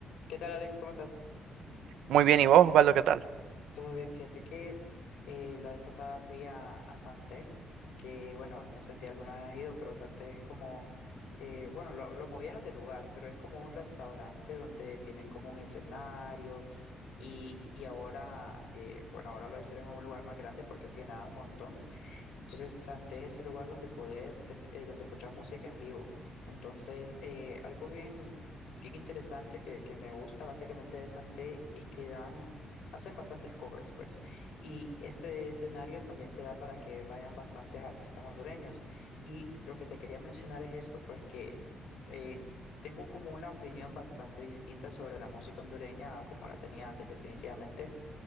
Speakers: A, on the left; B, on the right.
A: ¿Qué tal, Alex? ¿Cómo estás?
B: Muy bien, ¿y vos, Osvaldo, qué tal?
A: Todo bien, fíjate que eh, la vez pasada fui a, a Santé, que bueno, no sé si alguna vez has ido, pero Santé es como, eh, bueno, lo, lo movieron de lugar, pero es como un restaurante donde tienen como un escenario y, y ahora, eh, bueno, ahora lo hicieron en un lugar más grande porque se llenaba un montón. Entonces, Santé es el lugar donde podés, ten- eh, donde escuchar música en vivo. Entonces, eh, algo bien, bien interesante que, que me gusta básicamente de Santé es que dan, hacen bastantes covers, pues. Y este escenario también se da para que vayan bastantes artistas hondureños. Y lo que te quería mencionar es esto, pues que eh, tengo como una opinión bastante distinta sobre la música hondureña a como la tenía antes, definitivamente.